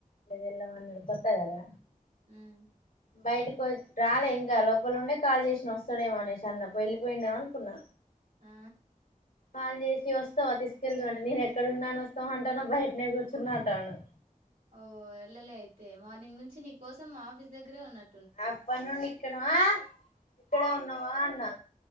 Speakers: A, on the left; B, on the right.
A: ఏళ్లమన్నాడు కొత్త గదా
B: ఉమ్
A: బయటకు వ రాలే ఇంకా లోపల ఉండే కాల్ చేసి వస్తాడేమోఅనేసి అన్న వెళ్ళిపోయిండేమో అనుకున్నా
B: ఆ
A: కాల్ చేసి వస్తావా తీసుకెళ్దు అంటే నేను ఎక్కడన్నాని వస్తావు అంటనవ్ బయటనే కూర్చున్నా అంటాఉండు
B: ఓ వెళ్ళలే అయితే మార్నింగ్ నుంచి నీ కోసం మా ఆఫీస్ దగ్గరే ఉన్నట్
A: అప్పటి నుండి ఇక్కడ మా ఇక్కడే ఉన్నా వా అన్నా